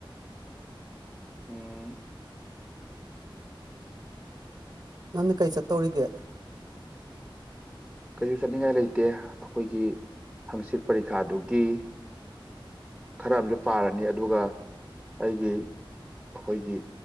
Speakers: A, in the centre; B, on the right (about 50°).
A: ꯑꯣ
B: ꯅꯪꯗꯤ ꯀꯩ ꯆꯠꯇꯧꯔꯤꯒꯦ
A: ꯀꯩꯁꯨ ꯆꯠꯅꯤꯡꯉꯥꯏ ꯂꯩꯇꯦ ꯑꯩꯈꯣꯏꯒꯤ ꯍꯪꯆꯤꯠ ꯄꯔꯤꯈꯥꯗꯨꯒꯤ ꯈꯔ ꯑꯝꯁꯨ ꯄꯥꯔꯅꯤ ꯑꯗꯨꯒ ꯑꯩꯒꯤ ꯑꯈꯣꯏꯒꯤ